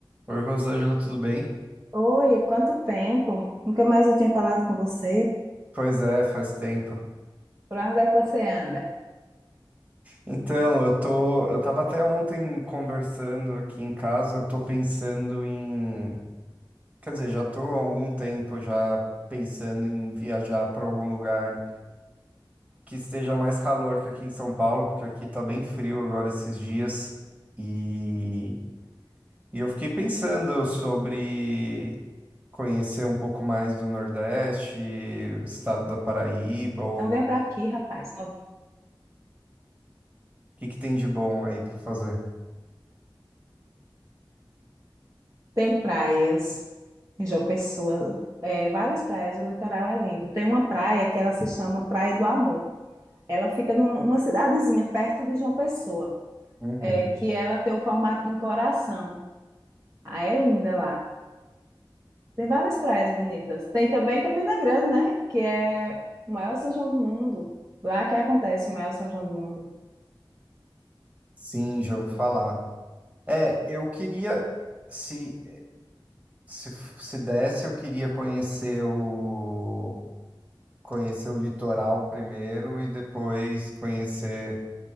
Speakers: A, on the right (about 20°); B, on the right (about 35°).
A: Oi, Rosângela, tudo bem?
B: Oi, quanto tempo? Nunca mais eu tinha falado com você.
A: Pois é, faz tempo.
B: Por onde é que você anda?
A: Então, eu tô, eu tava até ontem conversando aqui em casa, eu tô pensando em, quer dizer, já tô há algum tempo já pensando em viajar para algum lugar que esteja mais calor que aqui em São Paulo, porque aqui tá bem frio agora esses dias. E, e eu fiquei pensando sobre conhecer um pouco mais do Nordeste, o estado da Paraíba ou
B: Então
A: algum
B: vem pra aqui, rapaz.
A: que que tem de bom aí pra fazer?
B: Tem praias em João Pessoa, é, várias praias, o litoral é lindo. Tem uma praia que ela se chama Praia do Amor. Ela fica num- numa cidadezinha perto de João Pessoa,
A: Uhum.
B: é, que ela tem o formato de um coração. Ah, é linda lá. Tem várias praias bonitas. Tem também Campina Grande, né? Que é o maior São João do mundo. Lá que acontece o maior São João do mundo.
A: Sim, já vou falar. É, eu queria, se, se, se desse, eu queria conhecer o, conhecer o litoral primeiro e depois conhecer